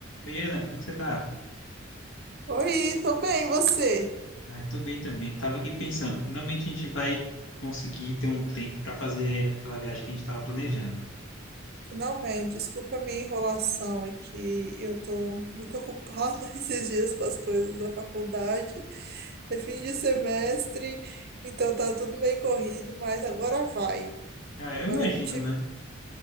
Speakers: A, on the left; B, on the right.
A: Oi, Ana, como que você tá?
B: Oi, tô bem, e você?
A: Ai, tô bem também. Tava aqui pensando, finalmente a gente vai conseguir ter um tempo para fazer aquela viagem que a gente tava planejando, né?
B: Finalmente, desculpa a minha enrolação, é que eu tô muito ocupada <laughs> esses dias com as coisas da faculdade, é fim de semestre, então tá tudo meio corrido, mas agora vai.
A: Ah,
B: Agora
A: eu imagino
B: a gente,
A: mesmo.
B: a